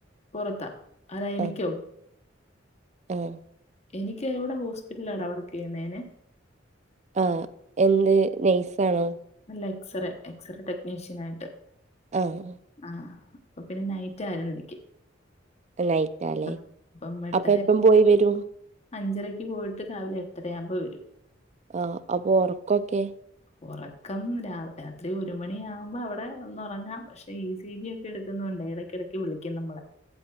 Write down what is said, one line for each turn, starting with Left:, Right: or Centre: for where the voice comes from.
Left: പുറത്താ ആരാ എനിക്കോ
Right: ആഹ് ആഹ്
Left: എനിക്ക് ഇവിടെ ഹോസ്പിറ്റലടാ വർക്ക് ചെയ്യുന്നേനെ
Right: ആഹ എന്ത് നൈസ ആണോ
Left: അല്ല എക്സറേ എക്സറേ ടെക്നീഷ്യൻ ആയിട്ട്
Right: ആഹ
Left: ആഹ അപ്പൊ പിന്നെ നൈറ്റ് ആരുന്നു എനിക്ക്
Right: നൈറ്റ്ല്ലേ
Left: ആ, അപ്പം എട്ടര
Right: അപ്പൊ എപ്പം പോയി വരും
Left: അഞ്ചരക്ക് പോയിട്ട് രാവിലെ എട്ടരയാവുമ്പോൾ വരും
Right: ആഹ അപ്പൊ ഒർക്കൊക്കെ
Left: ഒറക്കം രാത്രി ഒരു മണിയാകുമ്പോ അവിടെ ഒന്ന് ഒറങ്ങാം പക്ഷെ ഈ സീജി എടുക്കുന്നേണ്ട് ഇടക്കിടക്ക് വിളിക്കും നമ്മളെ